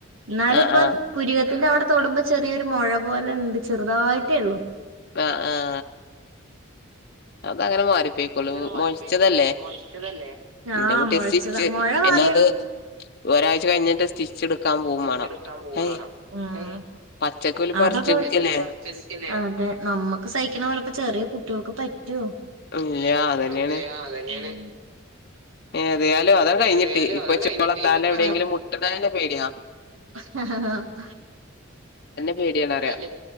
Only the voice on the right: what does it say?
എന്നാല്
ഇപ്പം
പുരികത്തിന്റെ അവിടെ തൊടുമ്പോ ചെറിയൊരു മുഴ പോലെ ഉണ്ട്. ചെറുതായിട്ടേ ഉള്ളു.
അങ്ങനെ മാറ്റിക്കോളും
മൊയ്ച്ചതല്ലേ
ആഹ്
മുഴച്ചതാ
മൊഴ
മാറിയണു
പിച്ചെടുക്കാൻ
പോവും
വേണം ഉം
അതൊക്കെ
അതെ നമ്മുക്ക് സഹിക്കണ പോലെ ഇപ്പോ ചെറിയ കുട്ടികൾക്ക് പറ്റുവോ?
ഇല്ല അതന്നെയാണ്
ഏതായാലും
അതാ കഴിഞ്ഞിട്ട്
ഇപ്പൊ
ഹ ഹ ഹ ആ
അതെ